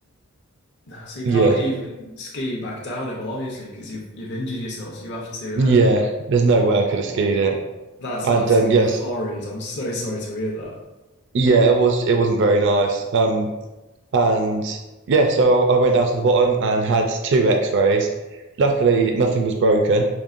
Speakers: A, on the left (about 55°); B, on the right (about 55°).
A: nah, so you
B: yeah,
A: can't even ski back down it. Well, obviously, because you've you've injured yourself, so you have to.
B: yeah.
A: Uh,
B: There's no
A: oh,
B: way I could have skied it.
A: that's
B: And
A: absolutely
B: um, yes,
A: horrid. I'm so sorry to hear that.
B: yeah, it was it wasn't very nice. Um, And yeah, so I went down to the bottom and had two X-rays. Luckily, nothing was broken,